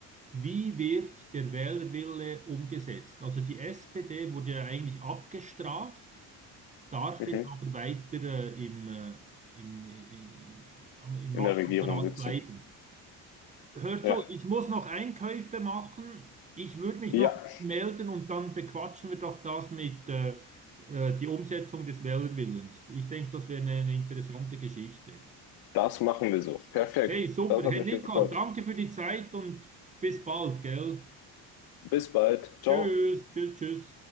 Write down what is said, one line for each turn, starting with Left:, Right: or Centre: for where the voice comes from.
Right: wie wird der Wählerwille umgesetzt? Also die SPD wurde ja eigentlich abgestraft. darf
Left: Mhm.
Right: jetzt aber weiter äh, im, äh, im, i- i- im
Left: In
Right: Machtapparat
Left: der Regierung sitzen.
Right: bleiben. Hört
Left: Ja,
Right: so, ich muss noch Einkäufe machen. Ich würde mich
Left: ja,
Right: noch melden und dann bequatschen wir doch das mit äh, äh, die Umsetzung des Wählerwillens. Ich denke, das wäre eine interessante Geschichte.
Left: das machen wir so. Perfekt.
Right: Hey, super.
Left: Das hat
Right: Hey
Left: mich
Right: Nico,
Left: gefreut.
Right: danke für die Zeit und bis bald, gell?
Left: Bis bald. Ciao.
Right: Tschüss, tschüss, tschüss.